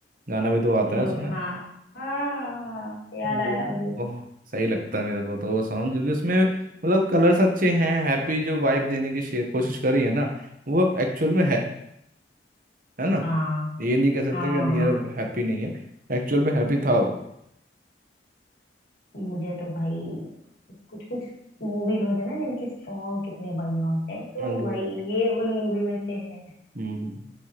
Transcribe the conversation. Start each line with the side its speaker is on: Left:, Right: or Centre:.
Right: गाना भी तो आता
Left: मु-
Right: है उसमें
Left: हाँ हाँ हाँ याद
Right: वो-
Left: आया मुझे
Right: बहुत सही लगता है मेरे को तो वो सॉन्ग क्योंकि उसमें मतलब कलर्स अच्छे हैं हैप्पी जो वाइब देने की शे- कोशिश कर रही है ना वो एक्चुअल में है है ना
Left: हाँ
Right: ये नहीं कह सकते
Left: हाँ
Right: कि नहीं
Left: हाँ
Right: यार हैप्पी नहीं है एक्चुअल में हैप्पी था वो
Left: मुझे तो भाई कुछ कुछ मूवीज होते हैं ना जिनके सॉन्ग कितने बढ़िया होते हैं तो
Right: Exactly.
Left: भाई ये उन मूवी में से है
Right: हम्म